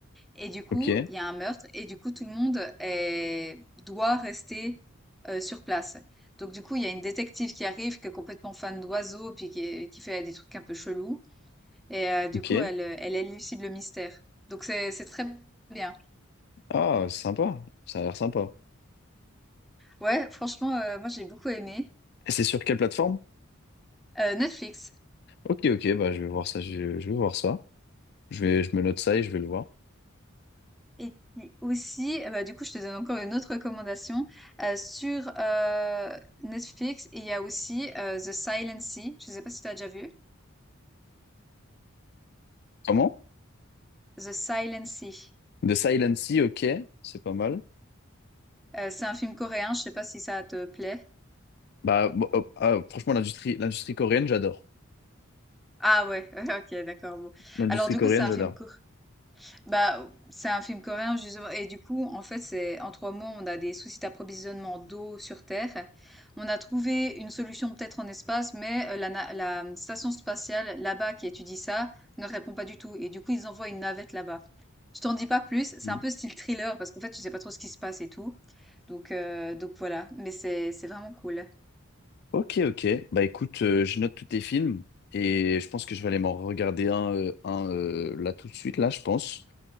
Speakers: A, in the centre; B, on the left.
A: Et du coup,
B: ok,
A: il y a un meurtre et du coup, tout le monde est- doit rester euh, sur place. Donc du coup, il y a une détective qui arrive, qui est complètement fan d'oiseaux, puis qui, est- qui fait des trucs un peu chelous. Et euh, du
B: ok.
A: coup, elle, euh, elle élucide le mystère. Donc c'est, c'est très bien.
B: Ah, sympa. Ça a l'air sympa.
A: Ouais, franchement, euh, moi j'ai beaucoup aimé.
B: Et c'est sur quelle plateforme?
A: Euh, Netflix.
B: Ok, ok, bah je vais voir ça, je, je vais voir ça. Je vais, je me note ça et je vais le voir.
A: Et puis aussi, euh, bah, du coup, je te donne encore une autre recommandation. Euh, sur euh, Netflix, il y a aussi euh, The Silent Sea. Je ne sais pas si tu as déjà vu.
B: Comment?
A: The Silent Sea.
B: The Silent Sea, ok, c'est pas mal.
A: Euh, c'est un film coréen, je sais pas si ça te plaît.
B: Bah, bon, oh, ah, franchement, l'industrie, l'industrie coréenne, j'adore.
A: Ah ouais, <laughs> ok, d'accord. Bon.
B: L'industrie
A: Alors du
B: coréenne,
A: coup, c'est un
B: j'adore.
A: film court. Bah, c'est un film coréen justement. Et du coup, en fait, c'est en trois mois, on a des soucis d'approvisionnement d'eau sur Terre. On a trouvé une solution peut-être en espace, mais euh, la, na- la station spatiale là-bas qui étudie ça ne répond pas du tout. Et du coup, ils envoient une navette là-bas. Je t'en dis pas plus. C'est
B: Mhm.
A: un peu style thriller parce qu'en fait, tu sais pas trop ce qui se passe et tout. Donc, euh, donc voilà. Mais c'est c'est vraiment cool.
B: Ok, ok. Bah écoute, euh, je note tous tes films et je pense que je vais aller m'en regarder un, euh, un euh, là tout de suite, là, je pense.